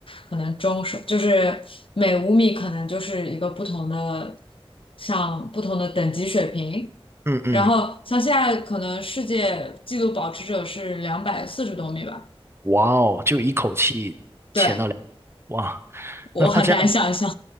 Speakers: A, on the left; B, on the right.
A: 可能中手，就是每五米可能就是一个不同的像不同的等级水平。
B: 嗯嗯，
A: 然后像现在可能世界纪录保持者是两百四十多米吧？
B: 哇哦，就一口气潜到两，
A: 对，
B: 哇，
A: 我很难想象，
B: 那他这样。